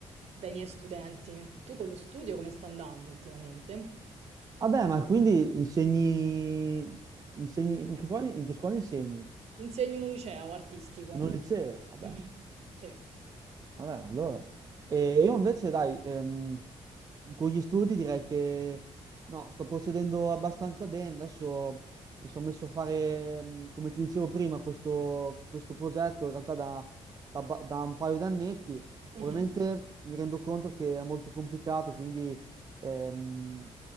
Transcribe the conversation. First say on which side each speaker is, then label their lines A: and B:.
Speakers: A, on the right; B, on the right.
A: dai miei studenti. Tu con lo studio come sta andando ultimamente?
B: Vabbè, ma quindi insegni... insegni... In che scuola, in che scuola insegni?
A: Insegno in un liceo artistico.
B: In un Mm. liceo, vabbè.
A: Mhm, Sì.
B: Vabbè, allora. E io invece, dai, ehm, con gli studi direi che no, sto procedendo abbastanza bene. Adesso mi sono messo a fare, ehm, come ti dicevo prima, questo, questo progetto in realtà da, da ba- da un paio d'annetti.
A: Mhm,
B: Ovviamente mi rendo conto che è molto complicato, quindi ehm,